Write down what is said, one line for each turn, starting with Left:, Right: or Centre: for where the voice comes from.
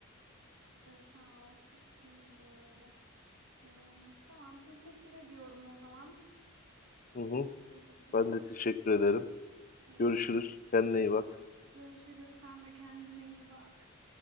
Right: Ee, Sağ ol. se- Senin de öyle. Ee, tamam teşekkür ediyorum o zaman.
Left: Hı hı.
Right: Görüşme
Left: Ben
Right: için.
Left: de teşekkür ederim.
Right: Ee,
Left: Görüşürüz. Kendine
Right: çok
Left: iyi bak.
Right: görüşürüz. Sen de kendine iyi bak.